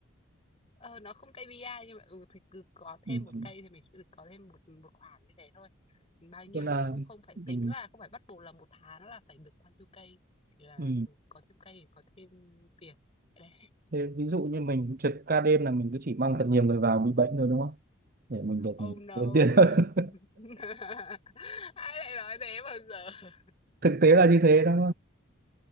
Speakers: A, on the left; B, on the right.
A: Ờ, nó không KPI nhưng mà ừ thì cứ có
B: ừ.
A: thêm một
B: ừ.
A: cây thì mình sẽ được có thêm một một khoản như thế thôi. Bao nhiêu
B: tức là
A: không không phải tính
B: ừ.
A: là không phải bắt buộc là một tháng là phải được bao nhiêu cây, chỉ là
B: Ừ.
A: ừ, có thêm cây thì có thêm tiền. Đấy.
B: thế ví dụ như mình trực ca đêm là mình cứ chỉ mong thật nhiều người vào bị bệnh thôi đúng không để mình được
A: Oh no.
B: ưu tiên <laughs>
A: <laughs> Ai lại nói thế bao giờ?
B: thực tế là như thế đó